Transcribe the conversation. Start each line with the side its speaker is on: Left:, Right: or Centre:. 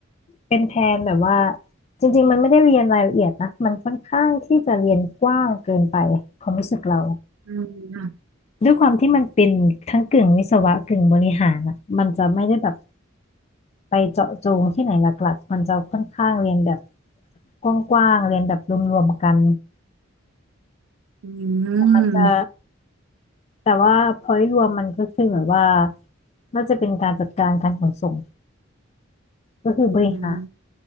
Left: เป็นแผนแบบว่าจริงๆมันไม่ได้เรียนรายละเอียดนะมันค่อนข้างที่จะเรียนกว้างเกินไปความรู้สึกเรา
Right: อืม
Left: ด้วยความที่มันเป็นทั้งกึ่งวิศวะกึ่งบริหารอ่ะมันจะไม่ได้แบบ ไปเจาะจงที่ไหนหลักๆมันจะค่อนข้างเรียนแบบกว้างๆเรียนแบบรวมๆกัน
Right: อื
Left: มันจะ
Right: ม
Left: แต่ว่า point รวมมันก็คือแบบว่าน่าจะเป็นการจัดการการขนส่งก็คือบริหาร
Right: อืม